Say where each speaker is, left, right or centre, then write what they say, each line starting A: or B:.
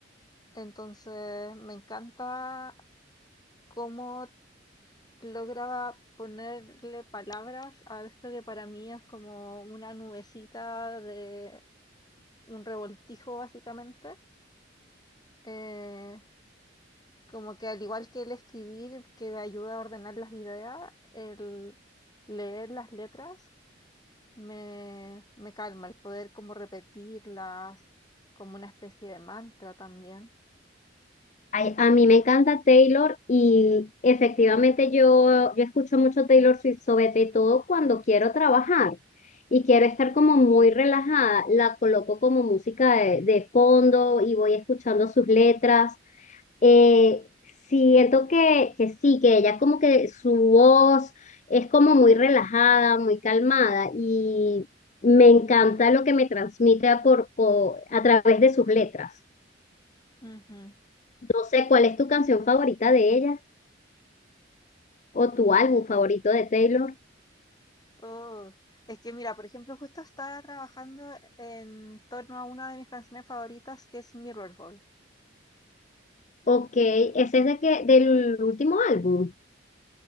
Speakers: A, on the left (about 20°); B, on the left (about 40°).
A: entonces me encanta cómo logra ponerle palabras a esto que para mí es como una nubecita de un revoltijo básicamente. Eh, como que al igual que el escribir, que me ayuda a ordenar las ideas, el leer las letras me, me calma, el poder como repetirlas, como una especie de mantra también.
B: Ay, a mí me encanta Taylor y efectivamente yo, yo escucho mucho Taylor Swift, sobre todo cuando quiero trabajar y quiero estar como muy relajada. La coloco como música de, de fondo y voy escuchando sus letras. Eh, siento que, que sí, que ella como que su voz es como muy relajada, muy calmada y me encanta lo que me transmite a, por, co- a través de sus letras.
A: Ujú.
B: No sé cuál es tu canción favorita de ella o tu
A: Mm,
B: álbum favorito de Taylor.
A: oh, Es que mira, por ejemplo, justo estaba trabajando en torno a una de mis canciones favoritas que es Mirrorball.
B: Ok, ese es de que, del último álbum.